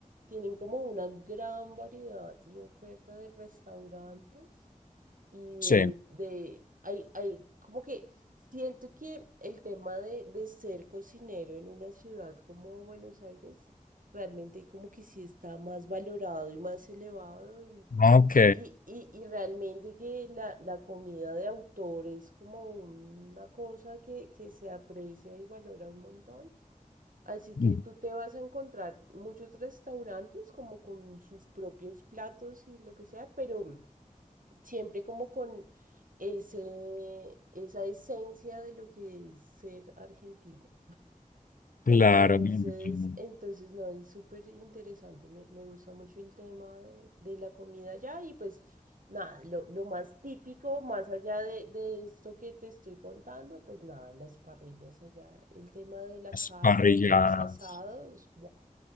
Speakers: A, on the right (about 75°); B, on the left (about 75°).
A: Tienen como una gran variedad y oferta de restaurantes y
B: Sí,
A: de, de- hay, hay, como que siento que el tema de, de ser cocinero en una ciudad como Buenos Aires realmente como que sí está más valorado y más elevado y,
B: ok,
A: y, y, y realmente que la, la comida de autor es como una cosa que, que se aprecia y valora un montón. Así que
B: Mm,
A: tú te vas a encontrar muchos restaurantes como con sus propios platos y lo que sea, pero siempre como con ese, esa esencia de lo que es ser argentino.
B: claro,
A: Entonces,
B: me imagino.
A: entonces no, es súper interesante, me, me gusta mucho el tema de, de la comida allá y pues nada, lo, lo más típico, más allá de, de esto que te estoy contando, pues nada, las parrillas allá, el tema de la
B: las
A: carne
B: parrilladas
A: y los asados, ¡buah!